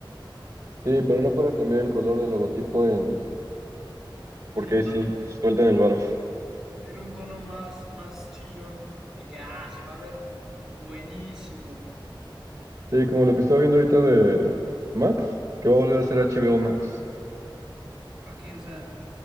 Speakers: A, on the right (about 40°); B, in the centre.
A: Sí, pero no fuera a cambiar el color del logotipo en... Porque
B: en un
A: ahí
B: tono,
A: sí, sueltan el varo.
B: en un tono más, más chillón, de que, ah, se va a ver buenísimo,
A: Sí, como lo que estaba viendo ahorita de Max, que va a volver a ser HBO Max.
B: ¿para qué? O sea,